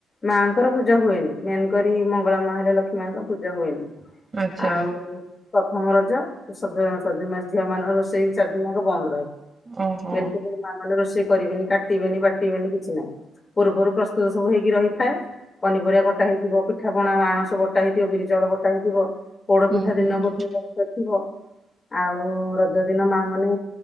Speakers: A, on the left; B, on the right.
A: ମାଙ୍କର ପୂଜା ହୁଏନି, ମେନ କରି ମଙ୍ଗଳା ମା ହେଲେ ଲକ୍ଷ୍ମୀ ମାଆଙ୍କ ପୂଜା ହୁଏନି।
B: ଆଚ୍ଛା
A: ଆଉ, ପ୍ରଥମ ରଜ ସ ସଜ ମାସ ଝିଅ ମାନଙ୍କ ରୋଷେଇ ଚାରଦିନଙ୍କ ବନ୍ଦ ରହେ।
B: ଓହୋ
A: ଏମତି ବି ମା ମାନେ ରୋଷେଇ କରିବେନି କାଟିବେନି ବାଟିବେନି କିଛି ନାହିଁ। ପୂର୍ବରୁ ପ୍ରସ୍ତୁତ ସବୁ ହେଇକି ରହିଥାଏ। ପନିପରିବା କଟା ହେଇଥିବ, ପିଠାପଣା ଆଣସ ବଟା ହେଇଥିବ ବିରି ଚାଉଳ ବଟା ହେଇଥିବ। ପୋଡ
B: ହୁଁ
A: ପିଠା
B: ହୁଁ
A: ଦିନ
B: ହୁଁ
A: ପୂର୍ବ କରି ସାରିଥିବ। ଆଉ ରଜ ଦିନ ମା ମାନେ